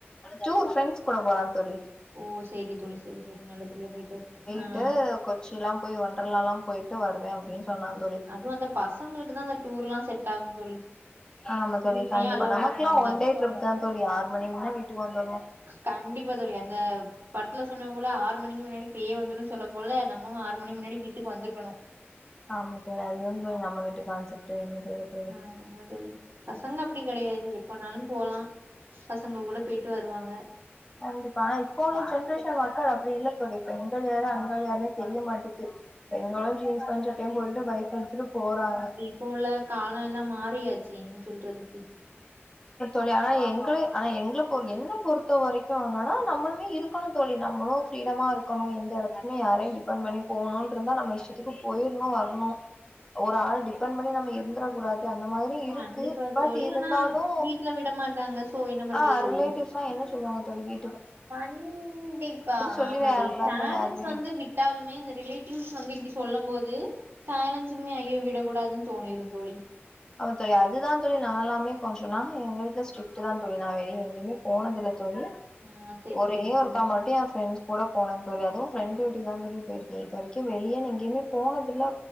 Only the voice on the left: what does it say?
டூர் ஃபிரெண்ட்ஸ் கூட போறா தோழி
ட்டு கொச்சில்லா போய் ஒன்டர்லாலா போய்ட்டு வருவே அப்டின்
சொன்னா தோழி
ஆமா தோழி
கண்டிப்பா
நமக்லா
ஒன் டே ட்ரிப் தா தோழி ஆறு மணி முன்ன வீ ட்டுக்கு வந்துர்னு
ஆமா தோழி அது வந்து நம்ம வீட்டு கான்செப்ட்டு என்ன செய்ய தோழி
கண்டிப்பா இப்ப உள்ள ஜென்ரேஷன் மக்கள் அப்டி இல்ல தோழி பெண்கள் யாரு ஆண்கள் யாருன்னே தெரிய மாட்டுது பெண்களு ஜீன்ஸ் பேண்ட் சட்டையு போட்டுட்டு பைக் எடுத்துட்டு போறாங்க
தோழி ஆனா எங்ளே ஆனா எங்ள பொ என்ன பொறுத்த வரைக்கு என்னனா நம்மளுமே இரு க்கனு தோழி நம்மளு ஃபிரீடமா இருக்கனு எந்த எடத்துக்குமே யாரையு டிபெண்ட் பண்ணி போணுன்ட்ருந்தா நம்ம இஷ்டத்துக் கு போயிர்ணு வர்ணு ஒரு ஆள டிபெண்ட் பண்ணி நம்ம இருந்துற கூடாது அந்த மாரி இருக்கு
பட்
இருந்தாலு
ஆ
ரிலேட்டிவ்ஸ் என்ன சொல்வாங்க தோழி வீ
சொல்லிலா
யாரக்கூடாதுல
யாருமே
ஆமா தோழி அதுதா தோழி நாலாமே கொஞ்சுன்னா எங்க வீட்ல ஸ்ட்ரிக்ட்டு தா தோழி நா வெளிய எங்கயுமே போனதுல்ல தோழி
ஒரே
ஒருக்கா மாட்டியு ஏ ஃப்ரெண்ஸ் கூட போன்ங் தோழி அதுவு ஃப்ரெண்ட் வீட்டுக்கு தா தோழி போயிருக்க இது வரைக்கு வெளியன் எங்கயுமே போனதில்ல